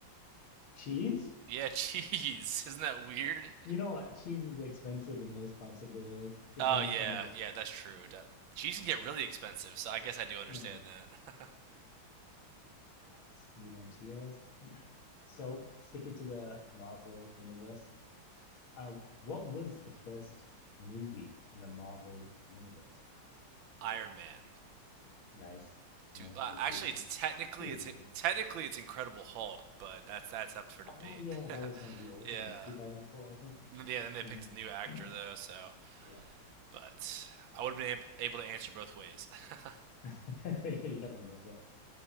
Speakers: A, on the left; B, on the right.
A: Cheese?
B: Yeah, cheese. <laughs> Isn't that weird?
A: You know what? Cheese is expensive in most parts of the world. It's
B: Oh
A: understandable.
B: yeah, yeah, that's true. That- cheese can get really expensive, so I guess I do understand
A: Mm.
B: that.
A: Right, let's move on to yours. <clears throat> So, sticking to the Marvel universe, uh, what was the first movie in the Marvel universe?
B: <laughs> Iron Man.
A: Nice,
B: Do,
A: no hesitation.
B: uh, actually, it's technically
A: Too easy.
B: it's
A: yeah.
B: technically it's Incredible Hulk, but that's that's up for debate.
A: Oh yeah, that was
B: <laughs>
A: one of the old
B: yeah,
A: ones, 2004, I think.
B: yeah. Then they
A: Mm.
B: picked a new actor
A: <clears throat>
B: though, so
A: Yeah,
B: but I would have been able to answer both ways. <laughs> All
A: <laughs> you got them both right.